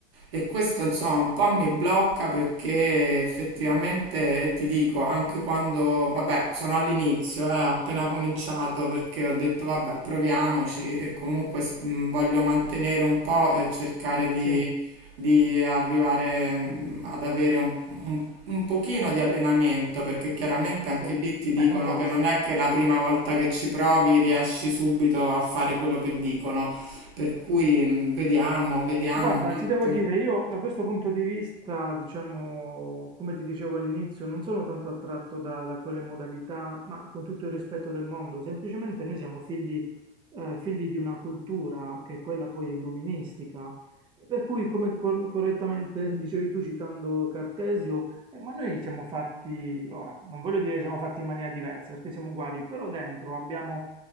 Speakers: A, on the right; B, on the right.
A: E questo insomma un po' mi blocca perché effettivamente ti dico, anche quando, vabbè, sono all'inizio, eh, ho appena cominciato perché ho detto vabbè, proviamoci e comunque s- mh, voglio mantenere un po' e cercare di,
B: sì,
A: di arrivare mh, ad avere un, un un pochino di allenamento, perché chiaramente anche
B: sì,
A: lì ti
B: beh,
A: dicono
B: non guasta.
A: che non è che la prima volta che ci provi riesci subito a fare quello che dicono, per cui mh, vediamo, vediamo
B: Guarda,
A: un
B: ti
A: attimo.
B: devo dire, io da questo punto di vista, diciamo, come ti dicevo all'inizio, non sono tanto attratto da, da quelle modalità, ma con tutto il rispetto del mondo, semplicemente noi siamo figli, eh, figli di una cultura che è quella poi illuministica, per cui, come cor- correttamente <laughs> dicevi tu citando Cartesio, eh, ma noi siamo fatti, ora, non voglio dire siamo fatti in maniera diversa, perché siamo uguali, però dentro abbiamo